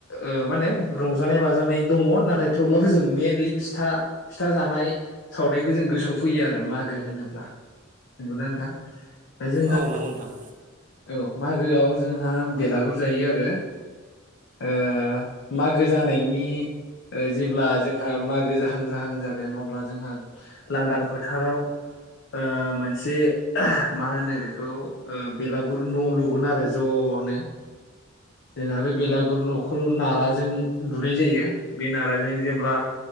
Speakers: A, on the left; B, on the right.
A: ओ मा होनो रंजानाय बाजानाय दङ नाथाय थेवब्लाबो जों मेनलि फिथा फिथा जानाय सावनायखौ जों गोसोआव फैयो आरो मागो होनोब्ला। नंगौ ना नोंथां? दा जोंहा
B: औ नंगौ नोंथां।
A: औ मागोआव जोंहा बेलागुर जायो आरो ओ मागो जानायनि जेब्ला जोंहा मागो जा जाहां जाहां जागोन अब्ला जोंहा लांदां फोथाराव ओ मोनसे मा होनो बेखौ बेलागुर न' लुगोन आरो ज'। ज'नो जोंहा बे बेलागुर न'खौ नाराजों लुनाय जायो बे नाराजों जेनेब्ला